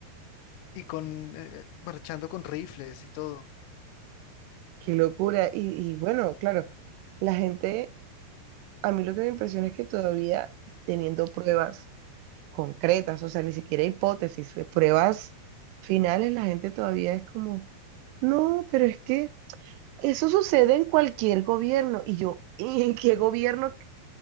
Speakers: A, on the left; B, on the right.
A: y con, eh, eh, marchando con rifles y todo.
B: Qué locura. Y, y bueno, claro, la gente a mí lo que me impresiona es que todavía teniendo pruebas concretas, o sea, ni siquiera hipótesis, fue pruebas finales, la gente todavía es como, no, pero es que eso sucede en cualquier gobierno. Y yo, <laughs> ¿y en qué gobierno